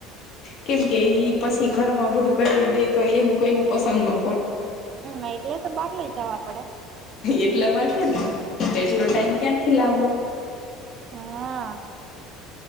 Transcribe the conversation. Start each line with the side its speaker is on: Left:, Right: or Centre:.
Left: કેમ કે ઈ પછી ઘરમાં બધું કરી દે તો એમ કોઈને પસંદ નો
Right: હમ્મ એટલે તો બહાર લઈ જવા પડે
Left: એટલા માટે જને એટલો
Right: હમ
Left: ટાઈમ ક્યાંથી લાવવો
Right: હા